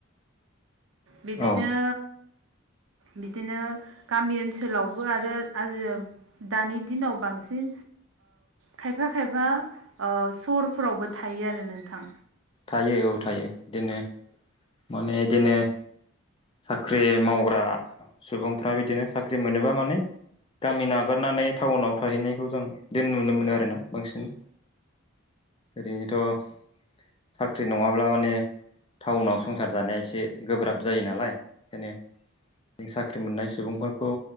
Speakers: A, on the right; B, on the left.
A: बिदिनो
B: औ
A: बिदिनो गामि ओनसोलावबो आरो आजि दानि दिनाव बांसिन खायफा खायफा सरफोरावबो थायो आरो नोंथां
B: थायो औ थायो बिदिनो माने बिदिनो साख्रि मावग्रा सुबुंफ्रा बिदिनो साख्रि मोनोबा माने गामिना हगारनानै टाउनाव थाहैनायखौ जों द नुनो मोनो आरोना बांसिन ओरैनोथ' साख्रि नङाब्ला माने टाउनाव स संसार जानाया एसे गोब्राब जायो नालाय बेखायनो जों साख्रि मोननाय सुबुंफोरखौ